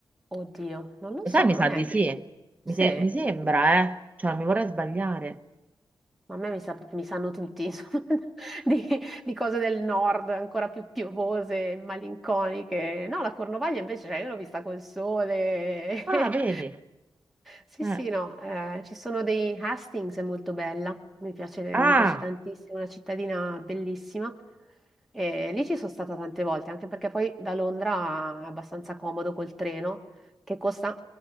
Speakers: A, in the centre; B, on the right (about 20°).
A: Oddio, non lo
B: Lo
A: so,
B: sai, mi
A: non
B: sa
A: è
B: di
A: anche...
B: sì. Mi,
A: Sì?
B: se- mi sembra, eh. Cioè, non mi vorrei sbagliare.
A: Ma a me mi, sa- mi sanno tutti, insomma, <laughs> di, di cose del nord ancora più piovose e malinconiche. No, la Cornovaglia invece, cioè, io l'ho vista col sole.
B: Ah,
A: <laughs>
B: vedi.
A: Sì,
B: Eh.
A: sì, no, eh, ci sono dei Hastings, è molto bella, mi piace,
B: Ah,
A: mi piace tantissimo, è una cittadina bellissima. E lì ci sono stata tante volte, anche perché poi da Londra è abbastanza comodo col treno, che costa